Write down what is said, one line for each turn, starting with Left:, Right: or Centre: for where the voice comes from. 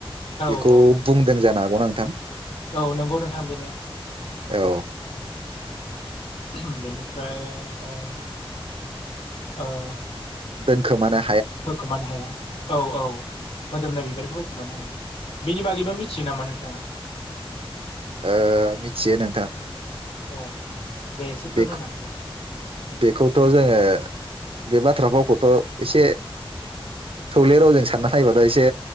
Left: औ
Right: बेखौ
Left: औ
Right: बुंदों जानो हाग। गौना नोंथां।
Left: औ नंगौ नोंथां बेनो
Right: औ
Left: उम बेनिफ्राय ओ ओ
Right: दोनखोमाना
Left: होखोमानो हाया औ औ मोदोमनाय बिबारखौ होखोमानो हाया। बिनि बागैबो मिथियो नामा नोंथाङा?
Right: ओ मिथियो नोंथां
Left: औ दे एसे
Right: बे
Left: फोरमायना होलाय ।
Right: बेखौथ' जोङो बे बाथ्रा फावखौथ' एसे थौले रावजों सानना नायबथाया एसे